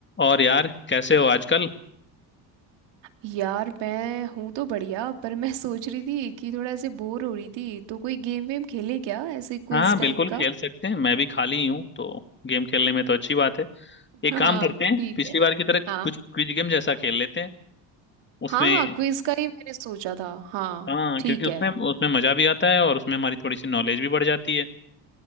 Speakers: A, on the left (about 25°); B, on the right (about 70°).
A: और यार कैसे हो आजकल
B: यार मैं हूं तो बढ़िया पर मैं सोच रही थी कि थोड़ा ऐसे बोर हो रही थी तो कोई गेम वेम खेलें क्या ऐसे क्विज
A: हाँ
B: टाइप
A: बिल्कुल
B: का
A: खेल सकते हैं मैं भी खाली ही हूँ तो गेम खेलने में तो अच्छी बात है एक
B: हाँ
A: काम करते हैं
B: ठीक
A: पिछली
B: है
A: बार की तरह
B: हाँ
A: कुछ क्विज गेम जैसा खेल लेते हैं उसमें
B: हाँ हाँ क्विज का ही मैंने सोचा था हाँ
A: हाँ
B: ठीक
A: क्योंकि उसमें
B: है
A: उसमें मजा भी आता है और उसमें हमारी थोड़ी सी नॉलेज भी बढ़ जाती है